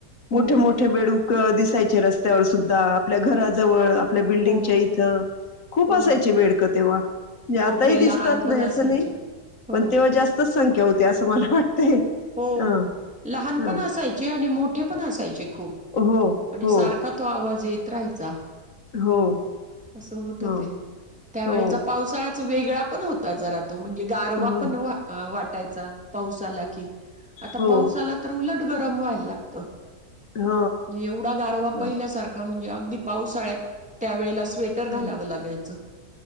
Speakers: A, on the left; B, in the centre.
A: मोठे
B: हो,
A: मोठे बेडूक दिसायचे रस्त्यावर सुद्धा आपल्या घराजवळ आपल्या बिल्डिंगच्या
B: हो,
A: इथं खूप
B: हो.
A: असायची बेडक तेंव्हा म्हणजे आताही
B: मोठे
A: दिसतात
B: लहान
A: नाही
B: पण असायचे.
A: असं नाही
B: हो,
A: पण तेव्हा जास्तच संख्या होते असं मला वाटतंय.
B: हो
A: हा
B: लहान पण
A: हा
B: असायचे आणि मोठे पण असायचे खूप
A: हो
B: आणि
A: हो
B: सारखा तो आ आवाज येत राहायचा.
A: हो
B: अस होत
A: ह
B: ते त्यावेळेचा
A: हो
B: पावसाळा वेगळा पण होता जरा. त म्हणजे गारवा
A: ह ह
B: पण वाटातो. यायचा. पाऊस आला की. आता
A: हो
B: पाऊस आला तर उलट गर कमवाय लागतो.
A: ह
B: म्हे एवढा गारवा
A: ह
B: पहिल्यासारखा म्हणजे अगदी पावसाळ्यात त्यावेळेलाच स्वेटर
A: ह
B: घालावं लागायचं.